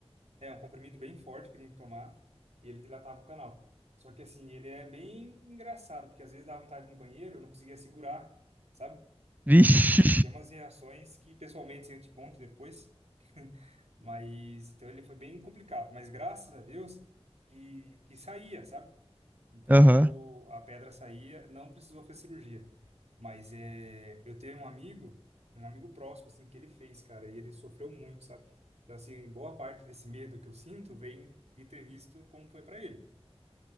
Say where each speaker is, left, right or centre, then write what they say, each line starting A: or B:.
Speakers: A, on the right; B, on the right.
A: É, um comprimido bem forte que eu tinha que tomar, e ele dilatava o canal. Só que, assim, ele é bem engraçado, porque às vezes dava vontade de ir no banheiro, eu não conseguia segurar, sabe?
B: Vixe.
A: E tem umas reações que, pessoalmente, eu te conto depois. <laughs> Mas, então ele foi bem complicado. Mas graças a Deus que, que saía, sabe? Então
B: <laughs> Aham.
A: eu, a pedra saía, não precisou fazer cirurgia. Mas é, eu tenho um amigo, um amigo próximo, assim, que ele fez, cara, e ele sofreu muito, sabe? Então, assim, boa parte desse medo que eu sinto vem de ter visto como foi para ele.